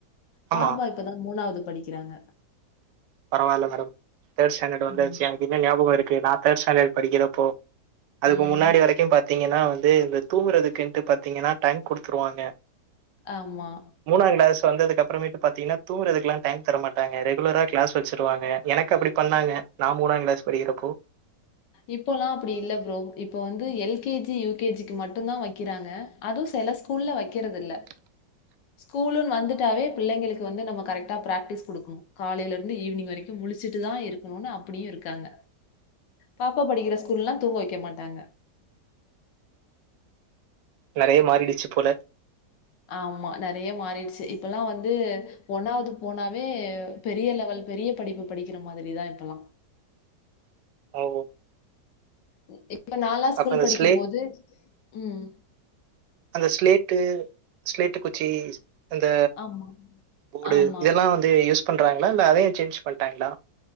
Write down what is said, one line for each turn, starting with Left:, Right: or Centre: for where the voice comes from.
Right: ஆமா
Left: பாப்பா இப்பதா மூணாவ்து படிக்கிறாங்க.
Right: பரவால்ல மேடம் தேட் ஸ்டேண்டடு வந்தாச்சு
Left: ம்.
Right: எனக்கின்னு ஞாபகோ இருக்கு நா தேட் ஸ்டேண்டடு படிக்கிறப்போ அதுக்கு
Left: ம்.
Right: முன்னாடி வரைக்கும் பாத்தீங்கன்னா வந்து இந்த தூங்கறதுக்குன்ட்டு பாத்தீங்கன்னா டைம் குடுத்துருவாங்க.
Left: ஆமா.
Right: மூணாங் கிளஸ் வந்ததுக்கப்புறமேட்டு பாத்தீங்ன்னா தூங்கறதுக்லா டைம் தர மாட்டாங்க ரெகுலராக் கிளாஸ் வெச்சிருவாங்க எனக்கு அப்பிடி பண்ணாங்க நா மூணாங் கிளாஸ் படிக்கிறப்போ.
Left: இப்போல்லா அப்பிடி இல்ல ப்ரோ இப்ப வந்து L K G U K G க்கு மட்டுந்தா வக்கிறாங்க. அது செல ஸ்கூல்ல வக்கிறதில்ல.
Right: <inaudible>
Left: ஸ்கூலுன் வந்துட்டாவே பிள்ளைங்ளுக்கு வந்து நம்ம கரெக்ட்டா பிராக்டீஸ் குடுக்ணு. காலைல இருந்து ஈவ்னிங் வரைக்கு முழிச்சிட்டு தா இருக்குணுன் அப்புடியு இருக்காங்க. பாப்பா படிக்கிற ஸ்கூல்லா தூங்க வெக்க மாட்டாங்க.
Right: நறைய மாறிடுச்சு போல.
Left: ஆமா நறைய மாறிடுச்சு இப்பெல்லா வந்து ஒன்னாவ்து போனாவே பெரிய லெவல் பெரிய படிப்பு படிக்கிற மாதிரி தா இப்பெல்லா.
Right: ஆ ஒ
Left: ம் இப்ப நாலா ஸ்கூல்
Right: அப்ப அந்த
Left: படிக்கிம்
Right: ஸ்லேட்
Left: போது ம்
Right: அந்த ஸ்லேட்டு ஸ்லேட்டு குச்சி ஸ் அந்த
Left: ஆமா,
Right: போடு
Left: ஆமா.
Right: இதெல்லா வந்து யூஸ் பண்றாங்ளா இல்ல அதையு சேஞ்ச் பண்ட்டாங்ளா?